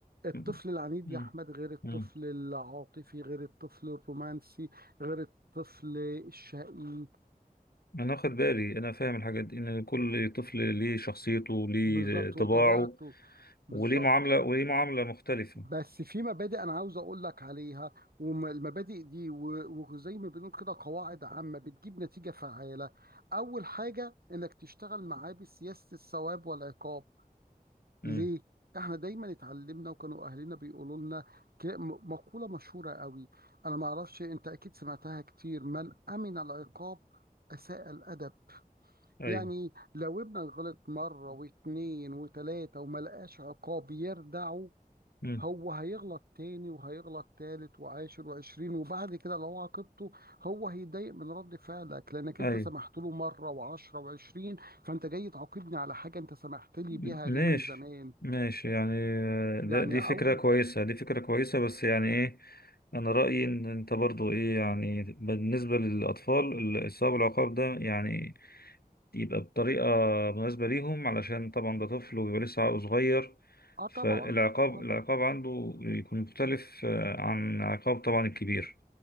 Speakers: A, on the right; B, on the left.
A: الطفل
B: مم.
A: العنيد
B: مم.
A: يا أحمد غير الطفل
B: مم.
A: العاطفي غير الطفل الرومانسي غير الطفل الشقي
B: انا واخد بالي انا فاهم الحاجات دي ان كل طفل ليه شخصيته ليه
A: بالظبط
B: طباعه
A: وطبيعته بالظبط
B: وليه معاملة وليه معاملة مختلفة
A: بس في مبادئ أنا عاوز أقول لك عليها والمبادئ دي و- وزي ما بنقول كده قواعد عامة بتجيب نتيجة فعالة أول حاجة إنك تشتغل معاه بسياسة الثواب والعقاب
B: امم
A: ليه؟ احنا دايما اتعلمنا وكانوا اهلنا بيقولوا لنا ك- م- مقولة مشهورة قوي انا ما اعرفش انت اكيد سمعتها كتير من امن العقاب اساء الادب
B: ايوه
A: يعني لو ابنك غلط مرة واتنين وتلاتة وما لقاش عقاب يردعه
B: امم
A: هو هيغلط تاني وهيغلط تالت وعاشر وعشرين وبعد كده لو عاقبته هو هيتضايق من رد فعلك لانك
B: ايوه
A: انت سمحت له مرة وعشرة وعشرين فانت جاي تعاقبني على حاجة انت سمحت لي
B: م-
A: بيها
B: ماشي
A: ليه من زمان
B: ماشي يعني آه، ده
A: يعني
B: دي
A: اول
B: فكرة كويسة دي فكرة كويسة بس يعني ايه انا رأيي ان انت برضو ايه يعني بالنسبة للاطفال الصواب العقاب ده يعني يبقى بطريقة مناسبة ليهم علشان طبعا ده طفل وبيبقى لسه عقله صغير
A: اه طبعا
B: فالعقاب
A: آه
B: العقاب عنده يكون مختلف آه، عن عقاب طبعا الكبير